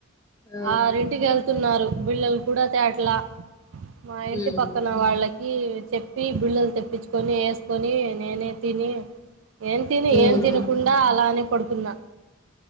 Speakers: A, on the left (about 15°); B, on the right (about 75°).
A: ఆ.
B: ఆరింటికి వెళ్తున్నారు బిళ్లలు కూడా తేటలా మా ఇంటి
A: ఉమ్.
B: పక్కన వాళ్ళకి చెప్పి బిళ్ళలు తెప్పించుకొని వేసుకొని నేనే తిని ఏం తిని
A: ఉమ్.
B: ఏం తినకుండా అలానే పడుకున్నా